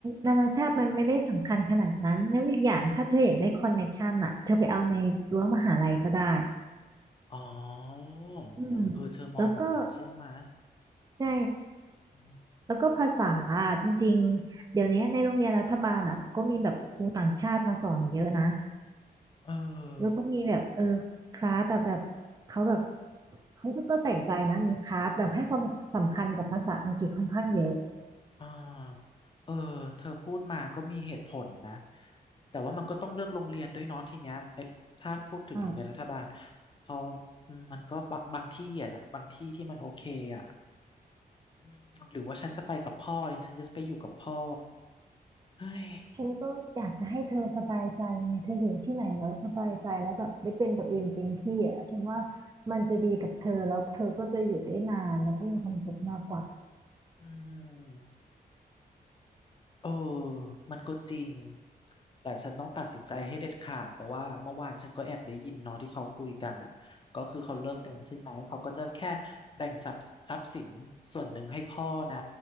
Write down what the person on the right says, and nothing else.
นานาชาติมันไม่ได้สำคัญขนาดนั้นแล้วอีกอย่างถ้าเธออยากได้คอนเน็กชันอะเธอไปเอาในรั้วมหาลัยก็ได้
อืม
แล้วก็ใช่
แล้วก็ภาษาอะจริงๆ เดี๋ยวนี้ในโรงเรียนรัฐบาลอ่ะเขาก็มีแบบครูต่างชาติมาสอนเยอะนะ
แล้วก็มีแบบเออ
คลาสแต่แบบเขาแบบเขาก็ใส่ใจนะมีคลาสแบบให้ความสำคัญกับภาษาอังกฤษค่อนข้างเยอะ
อ่า
ฉันก็อยากจะให้เธอสบายใจไงเธออยู่ที่ไหนแล้วสบายใจแล้วแบบได้เป็นตัวเองเป็นที่อ่ะฉันว่า
มันจะดีกับเธอแล้วเธอก็จะอยู่ได้นานแล้วก็มีความสุขมากกว่า